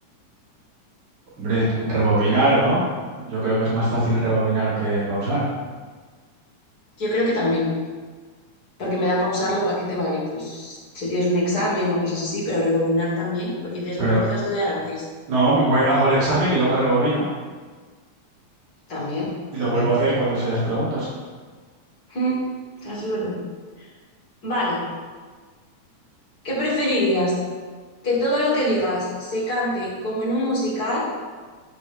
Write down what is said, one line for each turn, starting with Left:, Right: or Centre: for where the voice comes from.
Right: Hombre,
Left: o
Right: rebobinar,
Left: para pausarlo?
Right: ¿no? Yo creo que es más fácil rebobinar que pausar.
Left: Yo creo que también, porque me da pausarlo, ¿para qué te vale? Pues si tienes un examen o cosas así, pero rebobinar también, porque dices,
Right: Pero
Left: bueno, empiezo a estudiar antes.
Right: no, me voy- hago el examen y luego rebobino
Left: También,
Right: y lo
Left: también,
Right: vuelvo a
Left: también.
Right: hacer cuando se las preguntas.
Left: Mm, Eso es verdad. Vale, ¿qué preferirías? ¿Que todo lo que digas se cante como en un musical